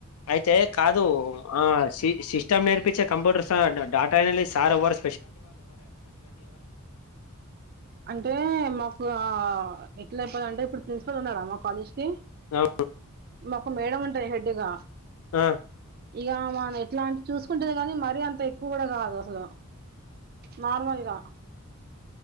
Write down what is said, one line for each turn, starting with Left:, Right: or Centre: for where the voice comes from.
Left: అయితే కాదు ఆ సిస్టమ్ నేర్పించే కంప్యూటర్స్ డడాటా సార్వర్
Right: అంటే మాకు ఎట్లా చెప్పాలంటే ఇప్పుడు ప్రిన్సిపల్ ఉన్నారా మా కాలేజ్ కి
Left: ఆ
Right: మా ఒక మేడ ఉంటాది హెడ్గా
Left: ఆ
Right: ఇక ఆమె ఎట్లా అంటె చూసుకుంటేది కానీ మరీ అంత ఎక్కువ కూడా కాదు అసలు నార్మల్గా